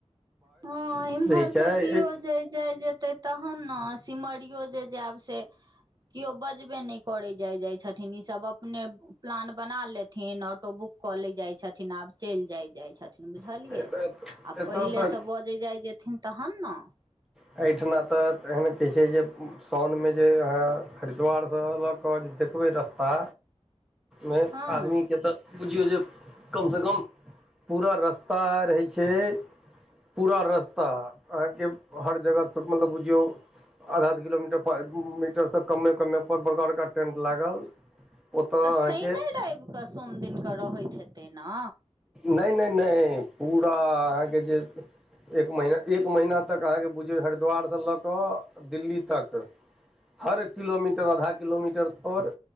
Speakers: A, on the right; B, in the centre.
A: हँ इम्हर
B: छै
A: से कियो जे जाय जेतै त हम न सिमरियो जे जायब से केओ बजबे नहि करे जाय जाय छथिन ई सब अपने प्लान बना लेत थीन ऑटो बुक कऽ ल जाइ छथिन आब चल जाय जाए छथीन बुझलिय
B: एतय
A: आ पहिले
B: तऽ
A: से बजै जाइ जेथिन त हन न
B: छईठ मे तऽ एहन कहै छै साउन मे जे अहाँ हरिद्वारसँ अलक क जे देखबै रस्ता
A: <inaudible>
B: मे
A: हँ
B: आदमी के तऽ बुझियौ जे कम से कम पूरा रस्ता रहै छै पूरा रस्ता अहाँके हर जगह मतलब बुझियौ आधा आध किलोमीटर मीटरसँ कममे कममे पर बड़का बड़का टेन्ट लागल ओतऽ
A: तऽ शने
B: अहाँके
A: रेब कऽ सोम दिनकेऽ रहैत हतेय न
B: नय नय नय पूरा अहाँके जे एक महिना एक महीना तक अहाँके बुझियौ हरिद्वार सँ लक दिल्ली तक हर किलोमीटर आधा किलोमीटर पर